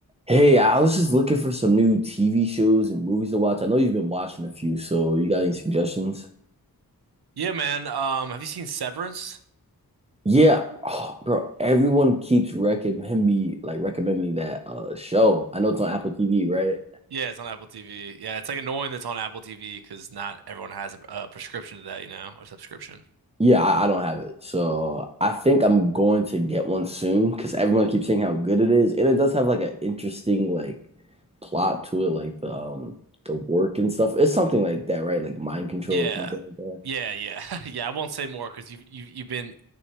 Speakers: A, on the right (about 15°); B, on the right (about 80°).
A: Hey, I was just looking for some new TV shows and movies to watch. I know you've been watching a few, so you got any suggestions?
B: Yeah, man. Um, have you seen Severance?
A: Yeah, oh, bro, everyone keeps recommend me like recommend me that uh show. I know it's on Apple TV, right?
B: Yeah, it's on Apple TV. Yeah, it's like annoying that it's on Apple TV because not everyone has a, a prescription to that, you know, or subscription.
A: Yeah, I, I don't have it. So I think I'm going to get one soon because everyone keeps saying how good it is. And it does have like an interesting like plot to it, like the um the work and stuff. It's something like that, right? Like mind control
B: Yeah,
A: or something like that.
B: yeah, yeah, <laughs> yeah. I won't say more because you've you've you've been